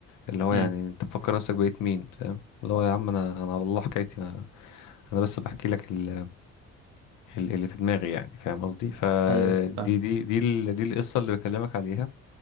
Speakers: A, on the left; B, on the right.
A: اللي هو يعني
B: امم
A: انت تفكر نفسك بقيت مين فاهم اللي هو يا عم انا انا على الله حكايتي انا انا بس بحكي لك ال- ال- اللي في دماغي يعني فاهم قصدي فدي
B: ايوه فاهم
A: دي دي ال- دي القصة اللي بكلمك عليها